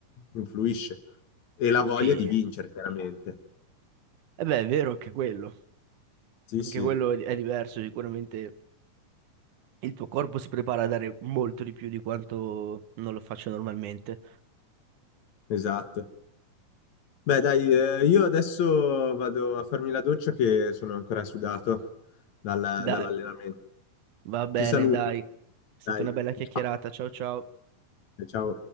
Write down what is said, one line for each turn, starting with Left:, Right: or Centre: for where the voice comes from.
Left: influisce e la voglia
Right: Sì.
Left: di vincere, chiaramente.
Right: E beh, è vero anche quello.
Left: Sì,
Right: Anche
Left: sì,
Right: quello è è diverso, sicuramente il tuo corpo si prepara a dare molto di più di quanto non lo faccio normalmente.
Left: esatto. Beh, dai, eh, io adesso vado a farmi la doccia che sono ancora sudato dalla-
Right: Dai,
Left: dall'allenamento.
Right: va bene,
Left: Ti saluto.
Right: dai. È stata
Left: Dai,
Right: una bella chiacchierata.
Left: ciao.
Right: Ciao ciao.
Left: Ciao.